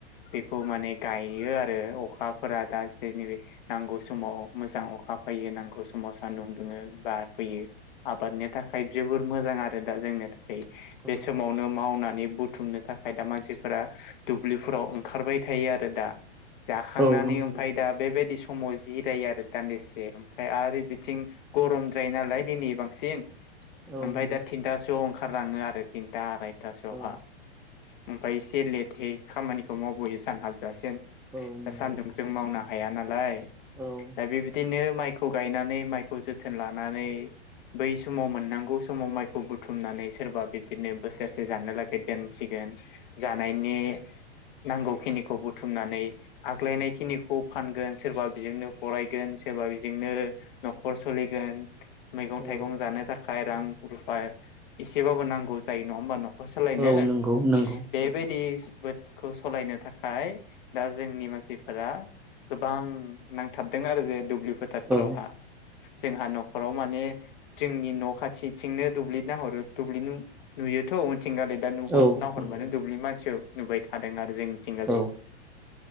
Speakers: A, on the left; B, in the centre.
A: बेखौ माने गायो आरो अखा फोरा दा जेनि बे नांगौ समाव मोजां अखा फैयो नांगौ समाव सानदुं दुङो बार फैयो आबादनि थाखाय जोबोर मोजां आरो दा जोंनि थाखाय। बे
B: औ
A: समावनो मावना नै बुथुमनो थाखाय दा मानसिफोरा दुब्लिफोराव ओंखारबाय थायो आरो दा जा थांनानै
B: औ नंगौ
A: ओमफ्राय दा बेबायदि स समाव जिरायो आरो दान्दिसे ओमफ्राय आरो बिथिं गरमद्राय नालाय दिनै बांसिन
B: औ
A: ओमफ्राय
B: नंगौ
A: दा थिनथासो आव ओंखारलाङो आरो थिनथा आराय थासोआवहा
B: औ
A: ओमफ्राय एसे लेटहै खामानिखौ मावबोनो सानहाबजासेम
B: औ नंगौ
A: दा सान्दुं जों मावना हाया नालाय
B: औ
A: दा बेबायदिनो माइखौ गायनानै माइखौ जोथोन लानानै बै समाव मोननांगौ समाव माइखौ बुथुमनानै सोरबा बिबदिनो बोसोरसे जानो लागै दोनसिगोन जानायनि नांगौ खिनिखौ बुथुमनानै आग्लायनायखिनिखौ फानगोन सोरबा बेजोंनो फरायगोन सोरबा बेजोंनो न'खर सोलिगोन मैगं थाइगं
B: औ
A: जानो थाखाय खाय रां रुफा एसेबाबो नांगौ जायो नङा होमबा न' खर सालायनो
B: औ नंगौ नंगौ
A: बेबायदि बोटखौ सलायनो थाखाय दा जोंनि मानसि मानसिफोरा गोबां नांथाबदों आरो जे दुब्लि फोथारफोरावहा
B: औ
A: जोंहा न'खराव माने जोंनि न' खाथिथिंनो दुब्लिना हरो दुब्लि नुयोथ' थिं आरो दा नुहर
B: औ
A: नाहरबानो
B: नंगौ
A: दुब्लि मानसियाव नुबाय थादों आरो जोंनिथिं ओरै
B: औ